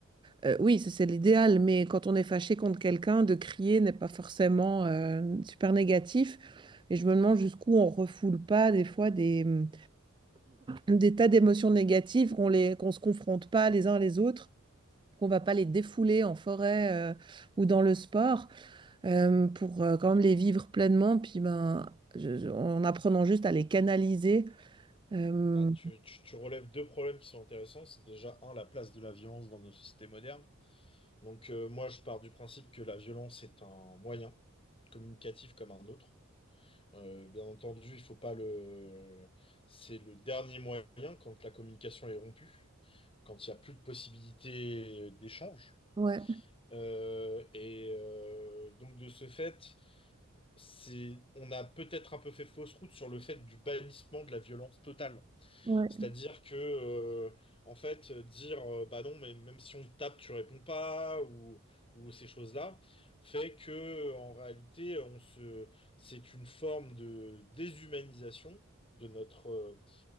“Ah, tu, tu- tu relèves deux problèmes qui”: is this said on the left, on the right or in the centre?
Left